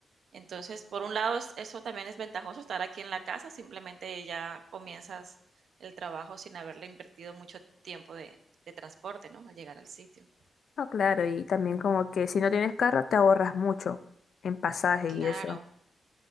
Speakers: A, on the right; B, on the left.
A: Entonces, por un lado, es- eso también es ventajoso estar aquí en la casa, simplemente ya comienzas el trabajo sin haberle invertido mucho tiempo de, de transporte, ¿no? A llegar al sitio.
B: No, claro, y también como que si no tienes carro te ahorras mucho en pasaje
A: Claro,
B: y eso.